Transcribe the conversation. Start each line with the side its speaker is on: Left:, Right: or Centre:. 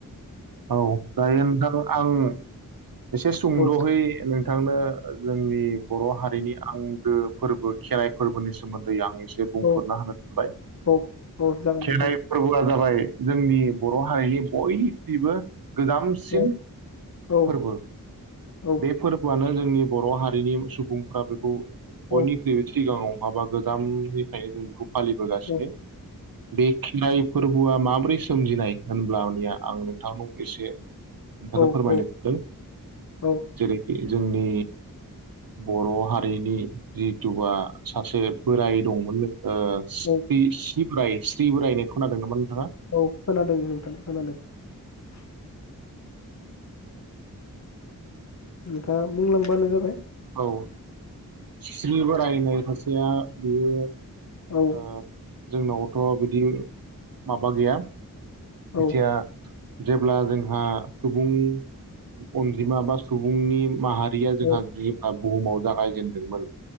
Right: औ जायो नोंथां आङो एसे सुंद'है
Left: औ
Right: नों बिथांनो जोंनि बर' हारिनि आंगो फोरबो खेराइ फोरबोनि सोमोन्दै आं बुंफोरना
Left: औ
Right: होनो सानबाय
Left: औ औ जागोन
Right: खेराइ
Left: नोंथां
Right: फोरबोआ जाबाय जोंनि बर' हारिनि बयनिबो गोजामसिन
Left: औ औ
Right: फोरबो
Left: औ
Right: बे फोरबोआनो जोंनि बर' हारिनि सुबुंफोरा बेखौ बयनिख्रुइबो
Left: औ
Right: सिगाङाव नङाबा गोजामनिफ्राय जों बेखौ फालिबोगासिनो
Left: औ
Right: बे खेराइ फोरबोआ माब्रै सोमजिनाय होनब्लानिया आं नोंथांनाव एसे नोंथांनो
Left: औ
Right: फोरमाय <unintelligible>
Left: औ
Right: जेरै जोंनि बर' हारिनि जिथुबा सासे बोराय दंमोननो ओ सि
Left: औ
Right: सि बोराय सि बोराइ होननायखौ खोनादों <unintelligible>
Left: औ खोनादों नोंथां खोनादों ।
Right: <inaudible>
Left: नोंथाङा बुंलांबानो जाबाय ।
Right: औ खिस्रि बोराइ होननाय खासेया बेयो अ
Left: औ
Right: जोंनावथ' बिदि माबा गैया
Left: औ
Right: एथिया जेब्ला जोंहा सुबुं अनजिमा बा सुबुंनि माहारि या जोंहा
Left: औ
Right: बुहुमाव जागायजेनदोंमोन